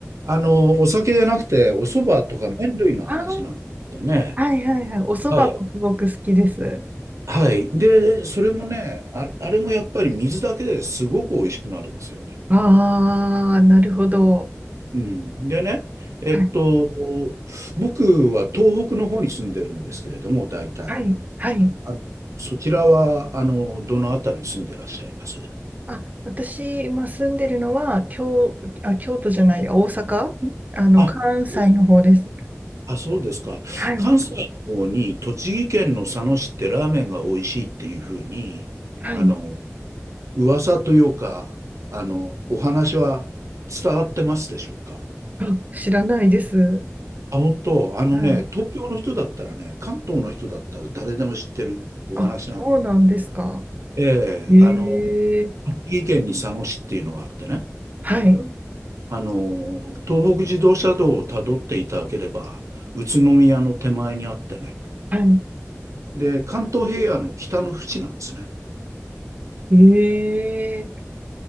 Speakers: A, on the right; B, on the right.
A: あの、お酒じゃなくて、お蕎麦とか麺類の話なんですけどね。
B: あーはいはいはい。お蕎麦もすごく好きです。
A: はい。はい。で、それもね、ああれもやっぱり水だけですごく美味しくなるんですよね。
B: ああ、なるほど。
A: うん、でね、えっと、
B: はい
A: 僕は東北の方に住んでるんですけれども、大体。
B: はい、はい。
A: あのそちらは、あの、どのあたりに住んでらっしゃいます
B: あ、私、今住んでるのは、京、あ、京都じゃない、大阪あの、
A: あ、
B: 関西の方です。
A: そうですあ、そうですか。
B: はい、
A: 関西の方に、栃木県の佐野市ってラーメンが美味しいっていうふうに、
B: はい。
A: あの、噂というか、あの、お話は伝わってますでしょうか
B: あ、知らないです。
A: あ、本当、あのね、
B: はい。
A: 東京の人だったらね、関東の人だったら誰でも知ってるお話なん
B: あ、そうなんですか。
A: ええ、
B: え
A: あの、
B: え
A: 栃木県に佐野市っていうのがあってね、
B: はい、
A: あの、東北自動車道をたどっていただければ、宇都宮の手前にあってね、
B: は
A: で、関東平野の北の淵なんですね。
B: い。ええ